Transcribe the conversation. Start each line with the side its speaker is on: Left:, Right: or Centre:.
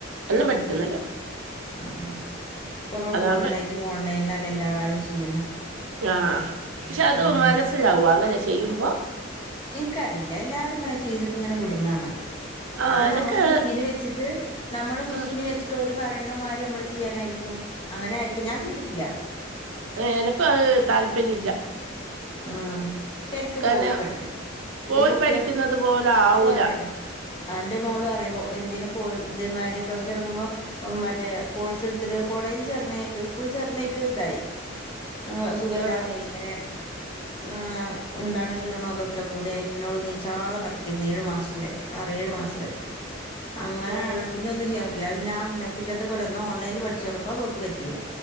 Right: എല്ലാം പഠിപ്പിക്കുന്നുണ്ട്
Left: ആ ആ ഇപ്പൊക്കെ
Right: അതാവുമ്പോ
Left: കൂടുതലായിട്ട് ഓൺലൈനിലല്ല എല്ലാരും ചെയ്യണേ
Right: ആഹ പക്ഷെ അത്
Left: ആഹ്
Right: മനസ്സിലാവും അങ്ങനെ ചെയ്യുമ്പോ
Left: എനിക്കറിയില്ല എല്ലാരും ഇങ്ങനെ ചെയ്തിട്ട് ഇങ്ങനെ വിടന്ന കാണാ
Right: ആഹ്
Left: അത്
Right: എനക്ക്
Left: നമ്മള് മെഷീന് വെച്ചിട്ട് നമ്മള് മെഷീന്
Right: ആഹ്
Left: വെച്ചിട്ട് പോലും പറയണ മാരി നമ്മള് ചെയ്യാനായിരിക്കും അങ്ങനെ ആയിരിക്കും ഞാൻ ചെയ്തിട്ടില്ല
Right: എനക്കും അത് താല്പര്യ ഇല്ല
Left: ആഹ ശരിക്ക
Right: കാരണം
Left: പോയി പഠിക്കണം
Right: പോയി
Left: ഈ കുട്ടികൾ
Right: പഠിക്കുന്നത് പോലെ ആവൂല
Left: മോള് അറിയല്ലോ ആ ന്റെ മോള് അറിയും എന്തേലും കോ തേമാതിരി <unintelligible> എടുക്കുമ്പോൾ മറ്റേ കോഴ്സ് എടുത്തിട്ട് കോളേജ് ചേർന്നേക്ക് സ്കൂൾ ചേർന്നേക്ക് ഇതായി ആ സുഖല്ലാതെ
Right: ആഹ്
Left: ആയി ഇങ്ങനെ ആ ഉണ്ട ക്ഷീണം അതൊക്കെ കൂടിയായി പിന്നെോള് നീച്ചാതെ കട ഏഴു മാസം വരെ ആ ഏഴു മാസം വരെ അങ്ങനെ
Right: ആഹ്
Left: കടന്നാ പിന്നെ ഒന്നും ചെയ്യാ പറ്റ ല്ല പിന്നെ ന്നെ പിറ്റത്തെ പോലെ ഒന്ന ഓൺലൈൽ പഠിച്ചോറഞ്ഞപ്പ അതോക്ക് പറ്റിയില്ല